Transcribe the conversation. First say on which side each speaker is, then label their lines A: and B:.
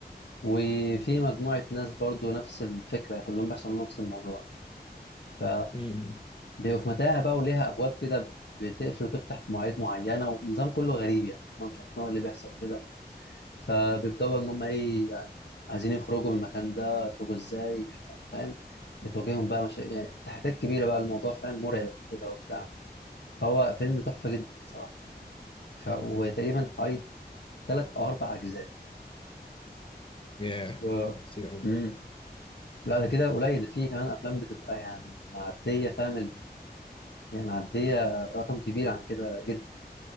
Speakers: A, on the left (about 85°); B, on the left (about 30°).
A: وفي مجموعة ناس برضو نفس الفكرة كلهم بيحصل لهم نفس الموضوع ف
B: امم
A: بيبقوا في متاهة بقى وليها أبواب كده بتقفل وتفتح في مواعيد معينة ونظام كله غريب يعني هم مش عارفين هو إيه اللي بيحصل كده فبيبدأوا بقى إن هم إيه يعني عايزين يخرجوا من المكان ده يخرجوا إزاي فاهم بتواجههم بقى مشا... يعني تحديات كبيرة بقى الموضوع فاهم مرعب كده وبتاع فهو فيلم تحفة جدا صراحة ف... وتقريبا حوالي تلات أو أربع أجزاء
B: ياه
A: و...
B: كتير قوي
A: مم. لا ده كده قليل ده فيه كمان أفلام بتبقى يعني معدية فاهم ال... يعني معدية رقم كبير عن كده جدا